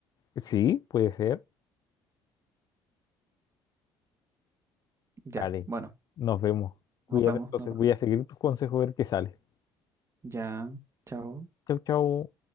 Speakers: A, on the left; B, on the right.
A: Sí, puede ser.
B: Ya,
A: Vale,
B: bueno,
A: nos vemos. Cuídate,
B: nos vemos,
A: entonces
B: nos vemos.
A: voy a seguir tus consejos a ver qué sale.
B: Ya, chao.
A: Chau, chau.